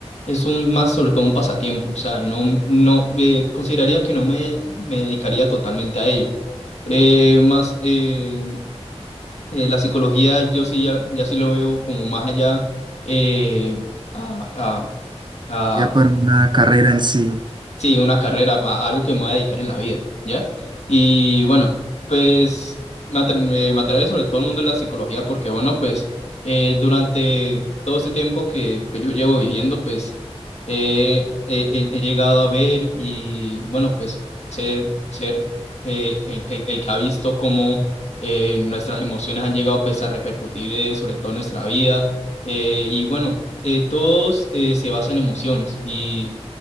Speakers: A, on the left; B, on the right.
A: es un más sobre todo un pasatiempo, o sea, no, no, eh, consideraría que no me, me dedicaría totalmente a ello. Eh, más, eh, eh, la psicología yo sí ya, ya sí lo veo como más allá eh, a, a,
B: ya
A: a,
B: para una carrera en sí.
A: Sí, una carrera, a- algo que me voy a dedicar en la vida, ¿ya? Y bueno, pues me atra- me- me atrae sobre todo el mundo de la psicología porque, bueno, pues eh, durante todo este tiempo que pues, yo llevo viviendo, pues eh, eh, he, he llegado a ver y, bueno, pues ser, ser eh, el, el, el que ha visto cómo eh, nuestras emociones han llegado pues a repercutir eh, sobre todo en nuestra vida. Eh, y bueno, eh, todos eh, se basan en emociones y...